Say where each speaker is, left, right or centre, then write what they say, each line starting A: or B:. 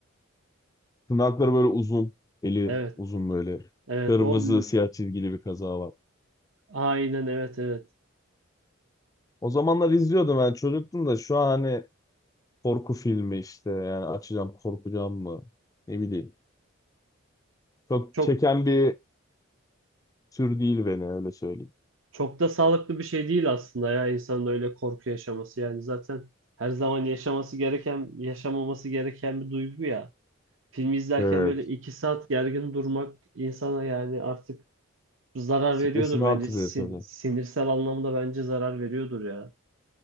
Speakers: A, on the left; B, on the right.
A: Tırnakları böyle uzun. Eli
B: Evet
A: uzun böyle.
B: evet
A: Kırmızı
B: o
A: siyah çizgili bir kazağı var.
B: aynen evet evet.
A: O zamanlar izliyordum ben çocuktum da şu an hani korku filmi işte yani açacağım korkacağım mı ne bileyim. Çok
B: Çok
A: çeken bir tür değil beni öyle söyleyeyim.
B: Çok da sağlıklı bir şey değil aslında ya insanın öyle korku yaşaması yani zaten her zaman yaşaması gereken, yaşamaması gereken bir duygu ya. Filmi izlerken
A: Evet.
B: böyle iki saat gergin durmak insana yani artık zarar
A: Stresini
B: veriyordur bence
A: artırıyor
B: Sin-
A: tabii.
B: sinirsel anlamda bence zarar veriyordur ya.